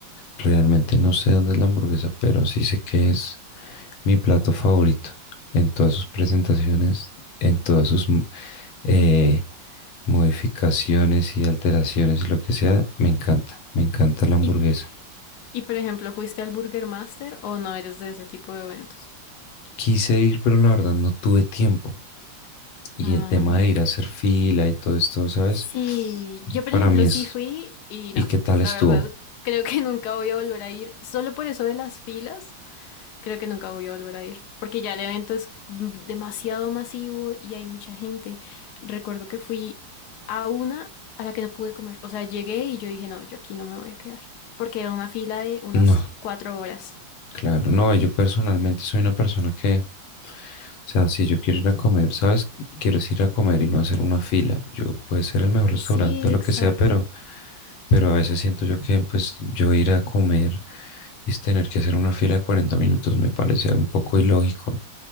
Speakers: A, on the left (about 80°); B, on the left (about 70°).
A: realmente no sé dónde es la hamburguesa, pero sí sé que es mi plato favorito en todas sus presentaciones, en todas sus mm, eh, modificaciones y alteraciones y lo que sea, me encanta, me encanta la hamburguesa.
B: Y, y por ejemplo, ¿fuiste al Burger Master o no eres de ese tipo de eventos?
A: Quise ir, pero la verdad no tuve tiempo. Y
B: Ah,
A: el tema de ir a hacer fila y todo esto, ¿sabes?
B: sí, yo por
A: Para
B: ejemplo
A: mí es,
B: sí fui y no,
A: ¿y qué tal
B: la
A: estuvo?
B: verdad creo que <laughs> nunca voy a volver a ir, solo por eso de las filas, Creo que nunca voy a volver a ir, porque ya el evento es demasiado masivo y hay mucha gente. Recuerdo que fui a una a la que no pude comer. O sea, llegué y yo dije, no, yo aquí no me voy a quedar, porque era una fila de unas
A: No,
B: cuatro horas.
A: claro, no, yo personalmente soy una persona que, o sea, si yo quiero ir a comer, ¿sabes? Quiero es ir a comer y no hacer una fila. Yo puede ser el mejor restaurante
B: Sí,
A: o lo
B: exacto.
A: que sea, pero, pero a veces siento yo que, pues, yo ir a comer y es tener que hacer una fila de 40 minutos me parece un poco ilógico.